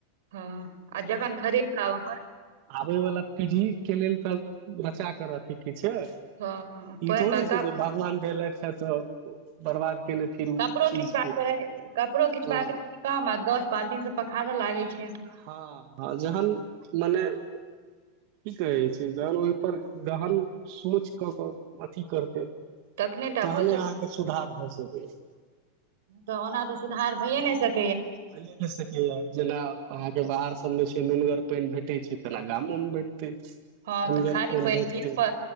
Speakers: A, on the right; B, on the right.
A: हँ, आ जखन खरीद कऽ आबए पर?
B: आबैय वला पीढ़ीके लेल तऽ बचा कऽ रखैय के छैय,
A: पड़ हँ पानि
B: इ थोड़े
A: मे
B: छैय
A: क
B: जे भगवान देलैथ हे तऽ बर्बाद केने फिरू
A: कपड़ो
B: चीज
A: खिचबाक
B: के
A: छैय कपड़ो खिचबाक
B: हँ
A: काम आ दस बाल्टीन सँ पखारहो <unintelligible> लागैय छैय।
B: हँ आ जहन माने की कहैय छैय जहन ओहि पर गहन सोच कऽ कऽ अथी करतैय
A: तखने टा
B: तहने
A: भऽ सकै
B: अहाँके सुधार भऽ सकैये
A: तऽ ओना तऽ सुधार भइए नै सकैय
B: भइए नै सकैय, जेना अहाँके बाहर सब मे नुनगर पाइन भेटैय छैय तेना गामोमे भेटतै।
A: हँ
B: नुनगर
A: तऽ खाली
B: पाइन
A: पानि
B: भेटतैय।
A: पिय पर